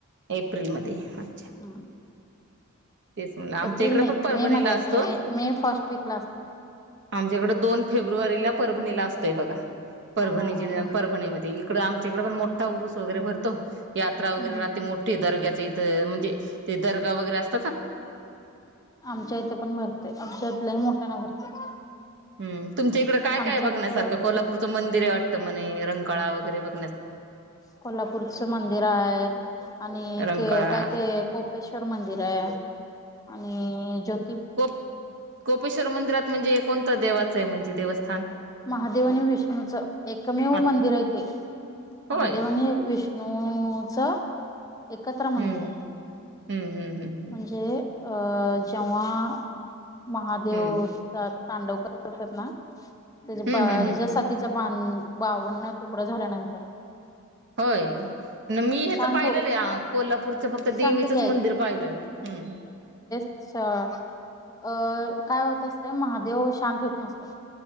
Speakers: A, on the right; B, on the left.
A: एप्रिलमध्येध्ये
B: हम्म
A: तेच म्हणलं आमच्या
B: एप्रिल
A: इकडं
B: नाही
A: पण परभणीला
B: मे मध्ये असते
A: असतो
B: मे मे फर्स्ट वीकला असते
A: आमच्याकडे दोन फेब्रुवारीला परभणीला असतोय बघा परभणी
B: हा हा
A: जिल
B: हा हा
A: परभणीमध्ये इकड आमच्या इकडे पण मोठा उऊरुस वगैरे भरतो यात्रा वगैरे्री
B: हम्म
A: मोठे दर्ग्याचे इथ म्हणजे ते दर्गा वगैरे अस
B: आमच्या इथं पण भरते आमच्या इथलाही मोठ्याना भरते
A: हम् तुमच्या इकड काय
B: आमच्यात
A: काय बघण्यासारखं कोल्हापूरचं मंदिर आहे वाटतं म्हणे रंकाळा वगैर सरे
B: कोल्हापूरच मंदिर आहे आणि
A: रंकाळा
B: काय ते कोपेश्वर मंदिर आहे आणि जो
A: को कोपेश्वर मंदिरात म्हणजे कोणता देवाचं आहे म्हणजे देवस्थान
B: महादेव आणि विष्णूच एकमेव
A: अ
B: मंदिर आहे तेे
A: होय
B: महादेव आणि विष्णू नच एकत्र मंदिर
A: हम्म
B: आहे
A: हम्म हम्म हम्म
B: म्हणजे अं जेव्हा महादेव
A: हम्म
B: असतात तांडवकर असात ना त्या
A: हम्म हम्म
B: हिच्या
A: हम्म
B: साथीचा बावन्न तुकडा झाल्यानंतर
A: होय न मी हे
B: शांत
A: तर पाहिलेलं
B: हो
A: आहे कोल्हापूरच फक्त
B: सांगते
A: देवीचंच
B: की
A: मंदिर पाहिलं हम्
B: अचछ अ काय होत असते महादेव शांत होत नसतात